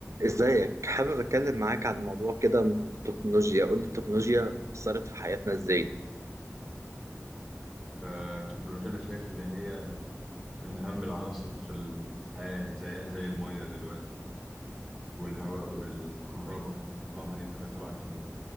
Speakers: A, on the right (about 65°); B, in the centre.
A: ازيك حابب اتكلم معاك عن موضوع كده من التكنولوجيا قول لي التكنولوجيا اثرت في حياتنا ازاي
B: آه، التكنولوجيا أنا شايف إن هي من أهم العناصر في الحياة زيها زي المية دلوقتي والهواء والكهرباء اه ما هي ك- تبع الكهرباء